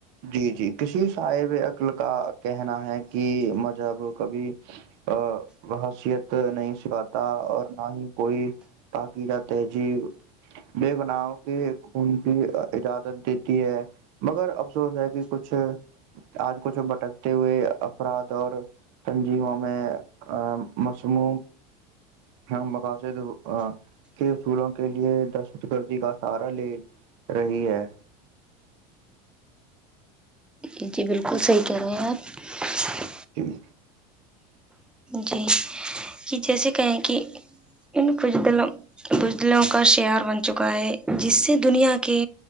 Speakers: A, on the right; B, in the centre.
A: جی جی کسی سے صاحب عقل کا کہنا ہے کہ مذہب کبھی وہ حثیت نہیں سکھاتی اور نہ ہی کوئی تقییدہ تہذیب بے بناؤ کے خون کی اجازت دیتی ہے مگر افسوس ہے کہ کچھ آج کچھ بھٹکتے ہوئے افراد اور تنظیموں میں مصم ہم مقاصد کے اصولوں کے لیے دہشت گردی کا سہارا لے رہی ہے
B: ج جی بالکل صحیح کہہ رہے ہیں آپ
A: جل
B: جی یہ جیسے کہیں کہ ان بجدلوں بجلوں کا شعار بن چکا ہے جس سے دنیا کے